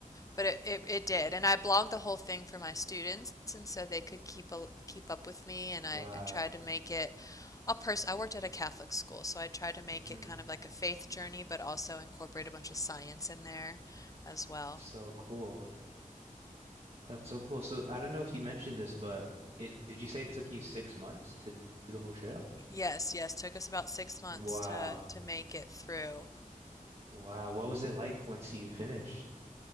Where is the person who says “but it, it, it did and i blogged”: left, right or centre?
Left